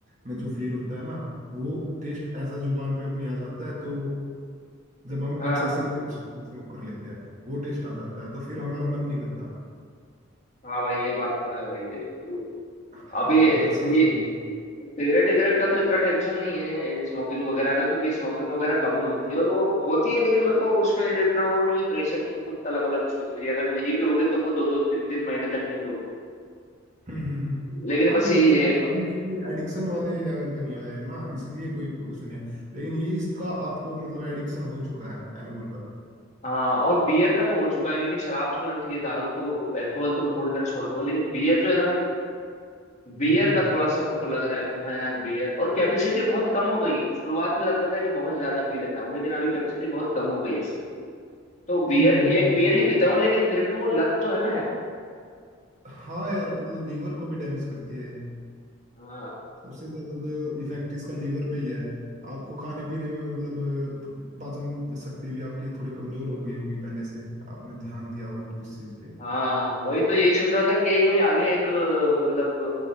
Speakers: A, on the right; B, on the left.
A: में जो फील होता है ना वो टेस्ट ऐसा जुबान पे अपनी आ जाता है तो जब हम
B: हाँ
A: एक्सेसिव स्मोक कर लेते हैं वो टेस्ट आ जाता है तो फिर हमारा मन नहीं करता
B: हाँ भाई ये बात तो है भाई तो
A: हाँ
B: अभी
A: तो ऐसा सीन
B: ये सिगरेट विगरेट का तो इतना टेंशन नहीं है स्मोकिंग वगैरह का क्योंकि स्मोकिंग वगैरह कम ही होती है और वो होती है लेकिन मेरे को उसमें इतना वो नहीं है प्रेशर की कुछ तलब वलब छूट रही है अगर नहीं भी होगी तो वो दो दो तीन तीन महीने तक नहीं होगी
A: हम्म हम्म हम्म।
B: लेकिन
A: हाँ
B: बस
A: मतलब
B: यही
A: इस-
B: है
A: अभी उसकी एडिक्शन वाले लेवल पे नहीं आया है ना इसलिए कोई उसे नहीं है लेकिन ये इसका आपको मतलब एडिक्शन हो चुका है एल्कोहल का
B: हाँ और बियर का तो हो चुका है क्योंकि शराब तो चलो ठीक है दारू तो अल्कोहल तो मैं पूरी तरह छोड़ दूंगा लेकिन बियर जो है ना भाई बियर
A: हम्म हम्म
B: का
A: हम्म
B: थोड़ा सा मेरे को लग रहा है कि हाँ यार बियर और कैपेसिटी बहुत कम हो गई है शुरुआत में लगता था कि बहुत ज्यादा पी लेता हूँ लेकिन अभी कैपेसिटी बहुत कम हो गई है इसकी तो बियर
A: हम्म
B: एक
A: हम्म, हम्म,
B: बियर
A: हाँ
B: ही पीता हूँ लेकिन फिर भी वो लत तो है ना यार
A: हाँ यार मतलब लीवर को भी डैमेज करती है ये।
B: हाँ
A: सबसे ज्यादा तो इफेक्ट इसका लीवर पे ही है आपको खाने पीने में मतलब अ, प- पाचन शक्ति भी आपकी थोड़ी कमजोर हो गई होगी पहले से आपने ध्यान दिया हो तो इस चीज पे
B: हाँ वही तो यही सोच रहा था कि यही कोई आगे एक अ, मतलब